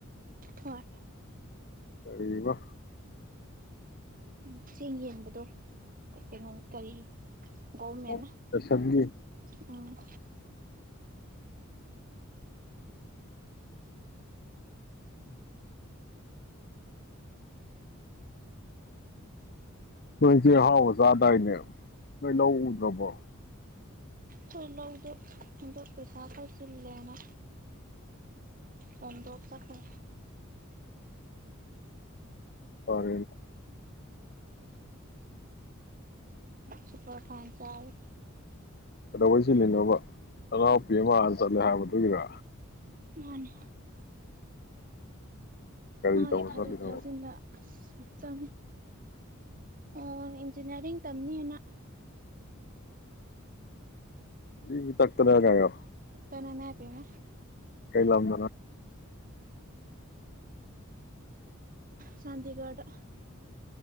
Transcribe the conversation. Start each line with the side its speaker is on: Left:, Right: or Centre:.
Right: ꯍꯣꯏ
Left: ꯀꯔꯤꯕ
Right: ꯎꯝ ꯆꯦꯡꯌꯦꯟꯕꯗ ꯑꯦ ꯀꯩ ꯀꯦꯅꯣ ꯀꯔꯤ
Left: <unintelligible>
Right: ꯒꯣꯔꯃꯦꯟꯅ ꯎꯝ
Left: ꯅꯣꯏꯁꯦꯡ ꯑꯍꯥꯎꯕ ꯆꯥꯗꯥꯏꯅꯦ ꯅꯣꯏ ꯂꯧ ꯎꯗ꯭ꯔꯕꯣ
Right: ꯈꯣꯏ ꯂꯧꯗꯨ ꯍꯟꯗꯛ ꯄꯩꯁꯥ ꯈꯔ ꯆꯤꯜꯂꯦꯅ ꯕꯟꯗꯣꯞ ꯆꯠꯈ꯭ꯔꯦ
Left: ꯐꯔꯦꯅꯦ
Right: ꯁꯨꯄꯔ ꯐꯥꯏꯟ ꯆꯥꯌꯦ
Left: ꯀꯩꯗꯧꯕꯩ ꯁꯤꯜꯂꯤꯅꯣꯕ ꯅꯅꯥꯎꯄꯤ ꯑꯃ ꯍꯥꯟꯅ ꯆꯠꯂꯦ ꯍꯥꯏꯕ ꯗꯨꯒꯤꯔ
Right: ꯃꯥꯅꯦ
Left: ꯀꯔꯤ
Right: ꯃꯥꯒꯤ
Left: ꯇꯧꯕ
Right: ꯊꯥꯗꯣꯛ
Left: ꯆꯠꯂꯤꯅꯣꯕ
Right: ꯊꯥꯖꯤꯟꯗ ꯑꯁ ꯌꯥꯝ ꯆꯪꯉꯦ <unintelligible> ꯏꯟꯖꯅꯤꯌꯥꯔꯤꯡ ꯇꯝꯅꯤꯅ
Left: ꯒ꯭ꯔꯤ ꯒ꯭ꯔꯤ ꯇꯛꯇꯅ ꯒ ꯒꯥꯏꯌꯣ
Right: ꯗꯨꯅ ꯏꯃꯥꯏꯄꯦꯝꯃ
Left: ꯀꯩ ꯂꯝꯗꯅꯣ
Right: ꯆꯥꯟꯗꯤꯒꯔꯗ